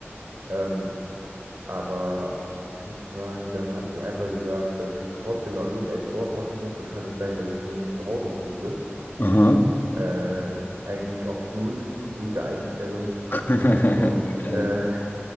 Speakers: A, on the right; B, on the left.
A: Ähm, aber ich muss sagen, dann hat sie einfach gesagt, dass ich trotzdem noch irgendeinen Sport machen muss. Das kann nicht sein, dass ich hier nur zu Hause sitze.
B: Aha.
A: Äh, eigentlich auch gut, gute Einstellung.
B: <laughs>
A: Und
B: Fulltime.
A: äh,